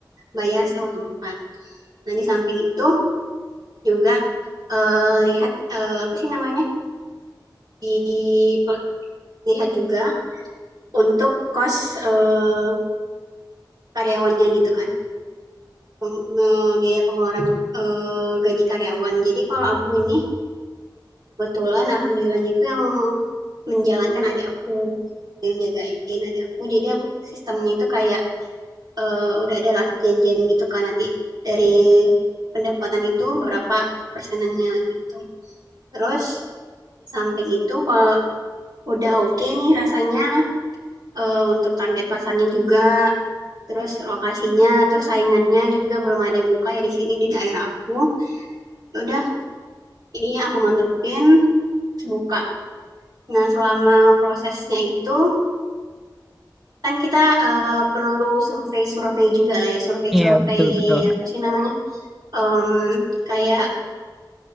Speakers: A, on the right; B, in the centre.
A: bayar sewa tempat. Nah, di samping itu juga eh, lihat eh, apa sih namanya? Di lihat juga untuk kos eh, karyawannya gitu kan. pem- eh, biaya pengeluaran eh, gaji karyawan. Jadi kalau aku ini kebetulan alhamdulillahnya itu yang menjalankan adik aku yang jagain adik aku. Jadi aku sistemnya itu kayak eh, udah ada lah janjian gitu kan nanti dari pendapatan itu berapa persenannya gitu. Terus di samping itu kalau udah oke okay nih rasanya eh, untuk target pasarnya juga terus lokasinya terus saingannya juga belum ada yang buka ya di sini di daerah aku ya udah Ini aku mantepin buka. Nah, selama prosesnya itu kan kita eh, perlu survei-survei juga lah ya, survei-survei
B: Iya betul betul.
A: apa sih namanya? Em, kayak